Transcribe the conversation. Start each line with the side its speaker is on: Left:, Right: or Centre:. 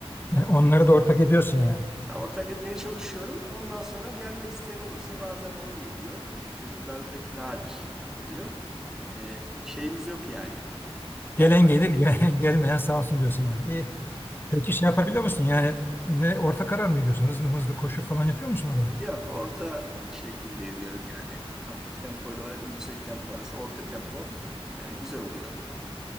Left: E, Onları da ortak ediyorsun yani.
Centre: ya ortak etmeye çalışıyorum. Ondan sonra gelmek isteyen olursa bazen hanım geliyor. E, çocuklar pek nadir oluyor. E, şeyimiz yok yani. Gel
Left: Gelen gelir, gel- <laughs> gelmeyen sağ olsun diyorsun yani. İyi. Peki şey yapabiliyor musun? Yani ne orta karar mı veriyorsun? Hızlı hızlı koşu falan yapıyor musun arada?
Centre: yok orta şekilde yürüyorum yani. Hafif tempoyla yüksek tempo arası orta tempo E, güzel oluyor.